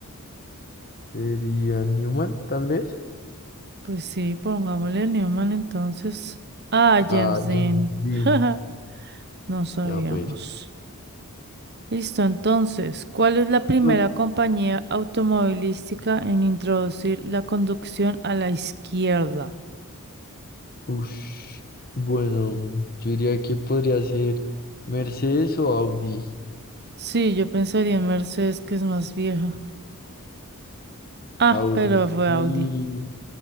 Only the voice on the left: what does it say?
sería Newman, tal vez.
Ah,
James Dean.
Ah, pues.
¿Cuál?
Ush. Bueno, yo diría que podría ser Mercedes o Audi.
Audi.
¿Y